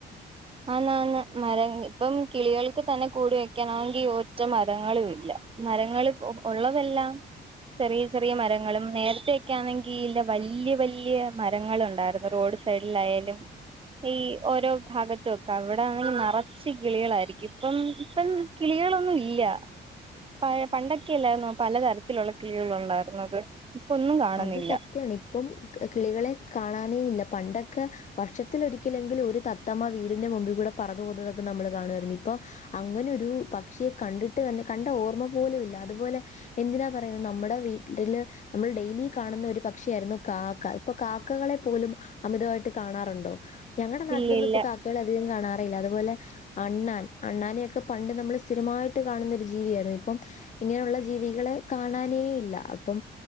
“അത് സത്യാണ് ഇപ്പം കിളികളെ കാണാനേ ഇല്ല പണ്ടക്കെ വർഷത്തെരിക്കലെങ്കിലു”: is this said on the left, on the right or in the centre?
Left